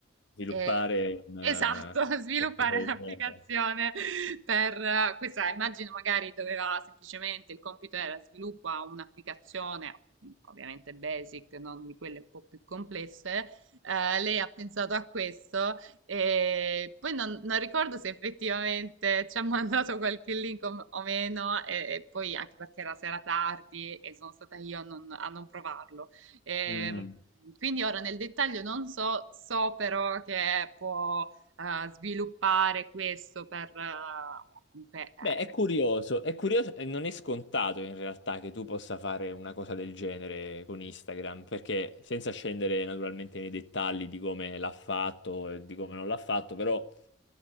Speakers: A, on the left (about 70°); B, on the right (about 85°).
A: sviluppare
B: eh,
A: un,
B: esatto,
A: eh,
B: <laughs> sviluppare
A: qualcosa del
B: un'applicazione
A: genere.
B: per eh, questa, immagino magari doveva semplicemente, il compito era sviluppa un'applicazione, mh, ovviamente basic, non di quelle un po' più complesse, eh, lei ha pensato a questo e poi non, non ricordo se effettivamente ci ha mandato qualche link o, o meno, e, e poi anche perché era sera tardi e sono stata io a non, a non provarlo. Ehm,
A: Mm.
B: quindi ora nel dettaglio non so, so però che può eh, sviluppare questo per... eh, comunque, eh,
A: Beh, è curioso, è curioso e non è scontato in realtà che tu possa fare una cosa del genere con Instagram, perché senza scendere naturalmente nei dettagli di come l'ha fatto e di come non l'ha fatto, però